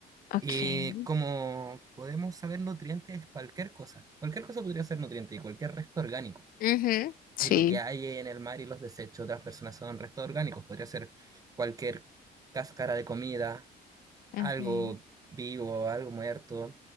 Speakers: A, on the left; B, on the right.
A: Ok.
B: Y como podemos saber, nutrientes es cualquier cosa. Cualquier cosa podría ser nutriente y cualquier resto orgánico.
A: Ujú, Sí.
B: Y lo que hay en el mar y los desechos de las personas son restos orgánicos. Podría ser cualquier cáscara de comida,
A: ujú,
B: algo vivo, algo muerto,